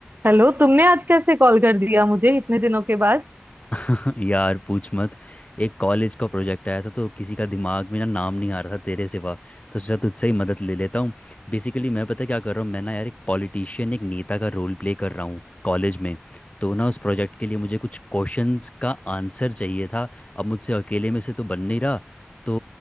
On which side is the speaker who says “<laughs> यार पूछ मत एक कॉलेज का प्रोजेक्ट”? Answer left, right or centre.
Left